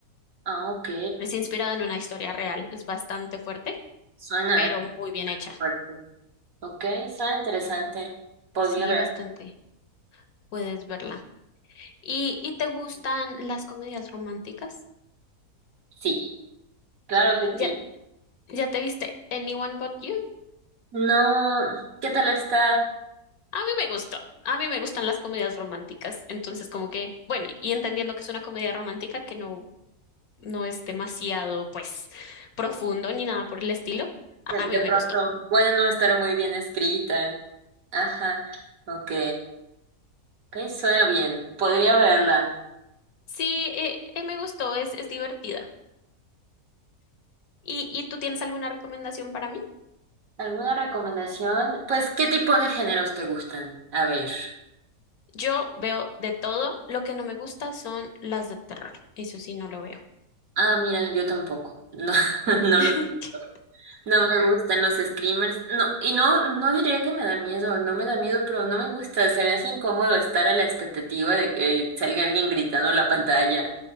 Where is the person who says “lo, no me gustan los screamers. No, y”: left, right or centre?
Right